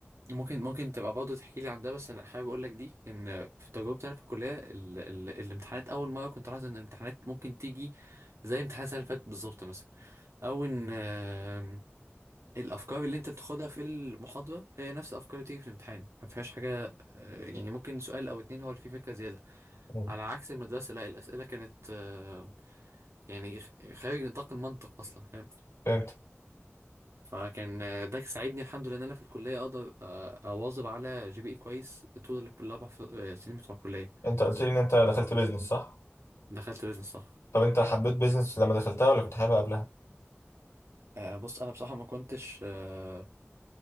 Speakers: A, on the right (about 85°); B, on the left (about 75°).
A: ممكن ممكن تبقى برضه تحكي لي عن ده بس أنا حابب أقول لك دي إن في تجربتي أنا في الكلية ال ال الامتحانات أول مرة كنت لاحظت إن الامتحانات ممكن تيجي زي امتحان السنة اللي فاتت بالظبط مثلا او ان آم، الافكار اللي انت بتاخدها في المحاضره هي نفس الافكار اللي بتيجي في الامتحان ما فيهاش حاجه آه، يعني ممكن سؤال او اتنين هو اللي فيه فكره زياده
B: امم
A: على عكس المدرسه لا الاسئله كانت آه، يعني خ- خارج نطاق المنطق اصلا فاهم
B: فهمت
A: فكان آه، ده ساعدني الحمد لله ان انا في الكليه اقدر آه، اواظب على جي بي اي كويس طول ال- الاربع ف- آه، سنين بتوع الكليه
B: انت قلت لي ان انت دخلت بيزنس صح
A: دخلت بيزنس صح
B: طب انت حبيت بيزنس لما دخلتها ولا كنت حاببها قبلها؟
A: آه، بص انا بصراحه ما كنتش آه،